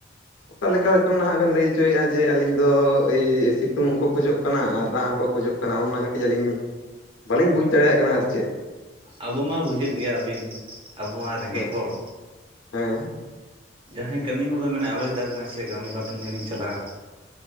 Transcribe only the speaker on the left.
ᱚᱠᱟ ᱞᱮᱠᱟ ᱨᱮᱪᱚᱝ ᱱᱟᱦᱟᱜ ᱵᱮᱱ ᱞᱟᱹᱭ ᱚᱪᱚᱭᱮᱫ-ᱟ, ᱡᱮ ᱟᱹᱞᱤᱧ ᱫᱚ ᱮᱭ ᱥᱤᱛᱩᱝ ᱦᱚᱸᱠᱚ ᱠᱷᱚᱡᱚᱜ ᱠᱟᱱᱟ ᱟᱨ ᱫᱟᱜ ᱦᱚᱸ ᱠᱚ ᱠᱷᱚᱡᱚᱜ ᱠᱟᱱᱟ ᱚᱱᱟ ᱠᱟᱹᱴᱤᱡ ᱟᱹᱞᱤᱧ ᱵᱟᱹᱞᱤᱧ ᱵᱩᱡᱽ ᱫᱟᱲᱤᱭᱟᱜ ᱠᱟᱱᱟ ᱟᱨ ᱪᱮᱫ᱾
ᱦᱮᱸ
ᱦᱮᱸ